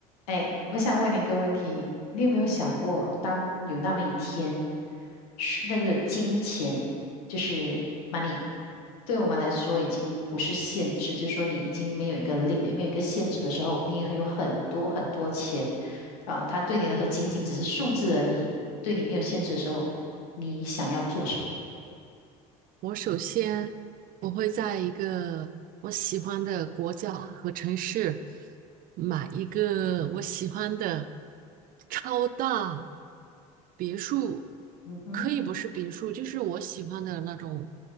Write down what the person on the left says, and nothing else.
哎，我想问你一个问题，你有没有想过，当有那么一天，是那个金钱就是 money，对我们来说已经不是限制，就是说你已经没有一个 limit，没有一个限制的时候，你还有很多很多钱，啊、它对你来说仅仅只是数字而已，对你没有限制的时候，你想要做什么？
嗯哼，